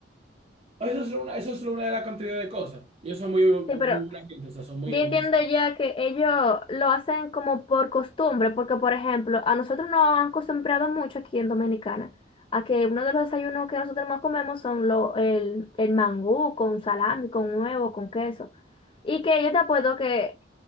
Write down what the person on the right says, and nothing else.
Eso es una, eso es una de las cantidades de cosas. Ellos son muy, muy
buena gente, o sea, son muy...
muy-